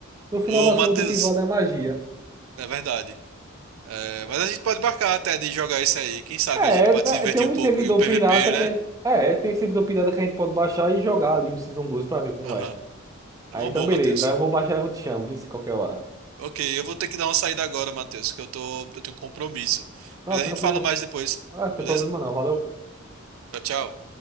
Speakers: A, on the right; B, on the right.
A: no final
B: Ô,
A: das
B: Matheus,
A: contas, o que vale é a magia.
B: é verdade. É, mas a gente pode marcar até de jogar isso aí. Quem sabe
A: É,
B: a gente pode
A: tá-
B: se divertir
A: é, tem um
B: um pouco
A: servidor
B: em um PVP,
A: pirata
B: né?
A: que a, gente- é, tem um servidor pirata que a gente pode baixar e jogar ali um Season 2 pra ver como
B: Aham.
A: é. Ah,
B: É uma
A: então
B: boa,
A: beleza.
B: Matheus.
A: Aí eu vou baixar e vou te chamar, viu? Se qualquer hora.
B: Ok, eu vou ter que dar uma saída agora, Matheus, que eu tô, eu tenho um compromisso.
A: Não,
B: Mas
A: tá
B: a gente
A: tranquilo.
B: fala mais depois,
A: Ah, não tem
B: beleza?
A: problema não. Valeu.
B: Tchau, tchau.